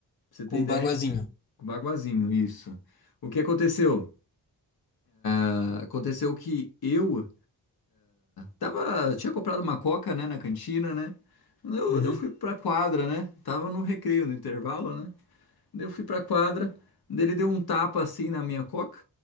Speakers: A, on the left; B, on the left.
A: você ter
B: com
A: ideia,
B: um baguazinho.
A: com o Baguazinho, isso. O que aconteceu? Ah, Aconteceu que eu Tava, tinha comprado uma coca, né, na cantina, né? Eu,
B: Uhum.
A: eu fui pra quadra, né? Tava no recreio, no intervalo, né? Daí Eu fui pra quadra, daí ele deu um tapa assim na minha coca